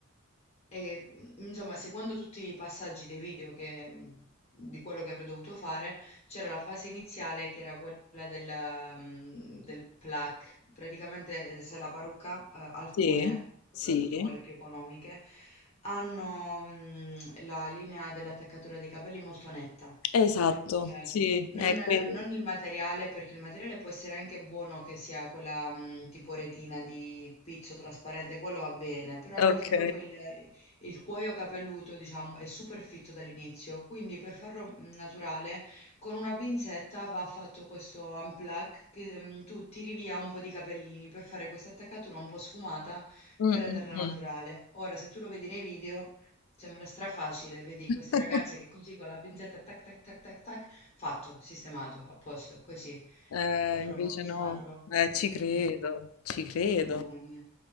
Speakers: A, on the left (about 30°); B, on the left (about 80°).
A: e, mm, insomma, seguendo tutti i passaggi dei video che, mm, di quello che avrei dovuto fare, c'era la fase iniziale che era quella del, mm, del plucking, Praticamente, eh, sai, la parrucca, eh, alcune,
B: Sì, sì,
A: soprattutto quelle più economiche, hanno mm, la linea dell'attaccatura dei capelli molto netta.
B: esatto.
A: Eh,
B: sì,
A: non,
B: è quello.
A: non il materiale, perché il materiale può essere anche buono che sia quella mm, tipo retina di pizzo trasparente, quello va bene, però a
B: Ok.
A: volte proprio il, il cuoio capelluto, diciamo, è super fitto dall'inizio, quindi per farlo mm, naturale con una pinzetta va fatto questo unplug che mm, tu tiri via un po' di capellini per fare questa attaccatura un po' sfumata
B: Mm,
A: per renderla
B: mm,
A: naturale.
B: mm.
A: Ora, se tu lo vedi nei video, sembra strafacile, vedi queste
B: <laughs>
A: ragazze che così con la pinzetta tac tac tac tac tac, fatto, sistemato, a posto, così.
B: Eh,
A: Ho provato
B: invece
A: a farlo.
B: no, Eh, ci credo,
A: Mm.
B: ci credo.
A: Mamma mia.